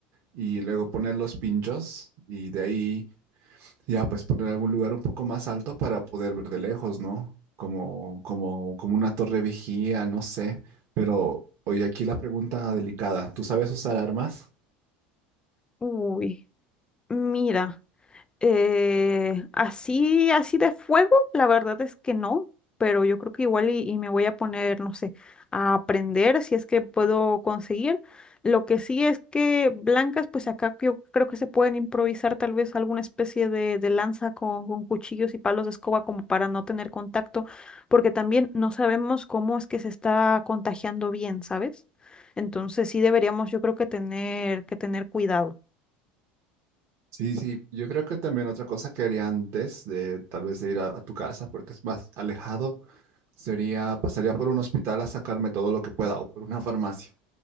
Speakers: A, on the right; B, on the left.
A: y luego poner los pinchos y de ahí ya pues poner algún lugar un poco más alto para poder ver de lejos, ¿no? Como, como, como una torre vigía, no sé. Pero oye aquí la pregunta delicada, ¿tú sabes usar armas?
B: Uy, mira. Eh, así, así de fuego, la verdad es que no, pero yo creo que igual y, y me voy a poner, no sé, a aprender si es que puedo conseguir. Lo que sí es que blancas, pues acá yo creo que se pueden improvisar tal vez alguna especie de, de lanza con, con cuchillos y palos de escoba como para no tener contacto, porque también no sabemos cómo es que se está contagiando bien, ¿sabes? Entonces sí deberíamos, yo creo que tener, que tener cuidado.
A: Sí, sí, yo creo que también otra cosa que haría antes de tal vez de ir a, a tu casa, porque es más alejado, sería pasaría por un hospital a sacarme todo lo que pueda o por una farmacia,